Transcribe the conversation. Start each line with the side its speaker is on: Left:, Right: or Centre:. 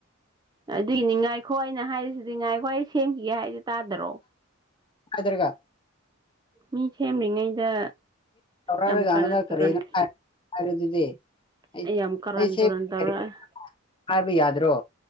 Right: ꯑꯗꯨꯒꯤꯅꯤ ꯉꯥꯏꯈꯣ ꯑꯩꯅ ꯍꯥꯏꯔꯤꯁꯤꯗꯤ ꯉꯥꯏꯈꯣ ꯑꯩ ꯁꯦꯝꯈꯤꯒꯦ ꯍꯥꯏꯗ‌ꯣ ꯇꯥꯗꯔꯣ
Left: ꯐꯗꯔꯒ
Right: ꯃꯤ ꯁꯦꯝꯔꯤꯉꯩꯗ
Left: ꯁꯧꯔ
Right: ꯌꯥꯝ
Left: <inaudible>
Right: ꯀꯔꯟ ꯇꯨꯔꯟ
Left: ꯀꯔꯤꯅ‌ꯣ ꯍꯥꯏ ꯍꯥꯏꯕꯗꯨꯗꯤ ꯑꯩ
Right: ꯌꯥꯝ ꯀꯔꯟ
Left: ꯑꯩꯁꯦ
Right: ꯇꯨꯔꯟ ꯇꯧꯔꯛꯑꯦ
Left: <inaudible> ꯍꯥꯏꯕ ꯌꯥꯗ꯭ꯔꯣ